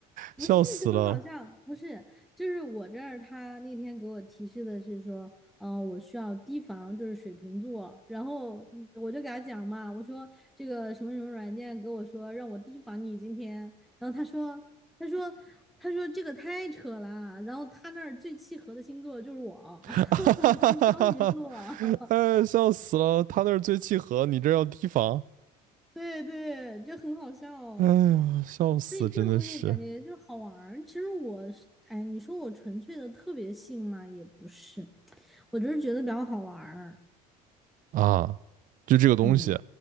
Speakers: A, in the centre; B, on the right (about 45°).
A: 不是，
B: 笑死了。
A: 就很搞笑。不是，就是我这儿他那天给我提示的是说，嗯、我需要提防就是水瓶座，然后嗯我就给他讲嘛，我说这个什么什么软件给我说让我提防你今天，然后他说，他说，他说这个太扯了，然后他那儿最契合的星座就是我，
B: <laughs> 哈，
A: <laughs> 就是双鱼座。<laughs>
B: 哎，笑死了！他那儿最契合，你这儿要提防。
A: 对对，就很好笑哦
B: 哎呀，笑死，
A: 所以这种东西感觉就好玩儿。
B: 真的是
A: 其实我是，哎，你说我纯粹的特别信嘛，也不是，我就是觉得比较好玩儿。
B: 啊！就这个东西，
A: 嗯，